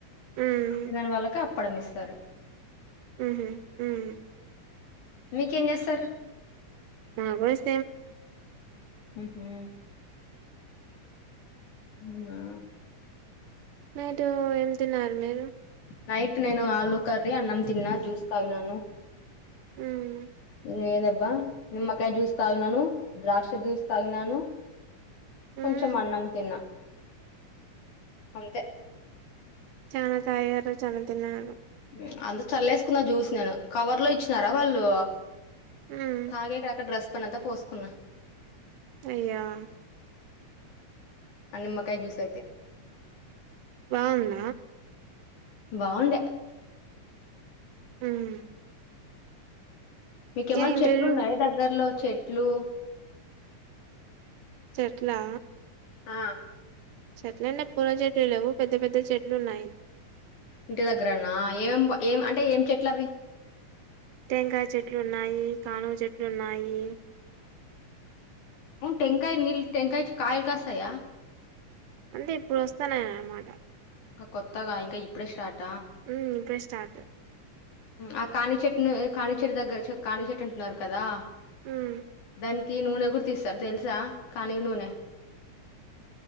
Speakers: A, on the right; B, on the left.
A: ఉమ్
B: తినని వాళ్ళకి అప్పుడం ఇస్తారు
A: ఉహు ఉమ్
B: మీకేం చేసారూ
A: ఆ బస్
B: ఉహు ఉమ్ ఆ
A: నేటు ఏం తన్నారు మీరు
B: నైట్ నేను ఆలుూ కర్రీ అన్నం తిన్నా జ్యూస్ తగినను
A: ఉమ్
B: లెదబ్బా నిమ్మకాయ చజ్యూస్ తాగీనను ద్రాక్ష చ్యూస్ తాగీనను కొంచెం
A: ఉమ్
B: అన్నం తిన్నా అంతే
A: చనా తయారు చనా తిన్నారు
B: ఉమ్ అంత చల్లేసుకున్నా జ్యూస్ నేను కవర్ లో ఇచ్చినారా వాళ్ళు
A: ఉమ్
B: తాగే కాక డ్రస్ పైన అంతా పోసుకున్నా
A: అయ్యా
B: ఆ నిమ్కాయ జ్యూస్ అయితే
A: బావుంద
B: బాగుండె
A: ఉమ్
B: మీకేమన్నా
A: ఏ ఇంటర్వ్యూ
B: చెట్లు ఉన్నాయా దగ్గర్లో చెట్లు
A: చెట్లా
B: ఆ
A: చెట్లన్ అంటే పూల చెట్లు లేవు పెద్ద పెద్ద చెట్లు ఉన్నాయి
B: ఇంటి దగ్గరన ఏం ఏం అంటే ఏం చెట్లవి
A: టెంకాయ చెట్లు ఉన్నాయి కానుగ చెట్లు ఉన్నాయి
B: వును టెంకాయ నీల్ టెంకాయ కాయలు కాస్తయ
A: అంటే ఇప్పుడు వస్తనయి అన్నమాట
B: ఇంకా కొత్తగా ఇంకా ఇప్పుడే స్టార్ట్
A: మ్ ఇప్పుడె స్టార్ట్
B: ఆ కానుగ చెట్టును కానుగచెట్టు దగ్గర చే కానుగచెట్టు అంటున్నారు కదా
A: ఉమ్
B: దానికి నూనె గూడా దీస్తారు తెలుసా కానుగ నూనె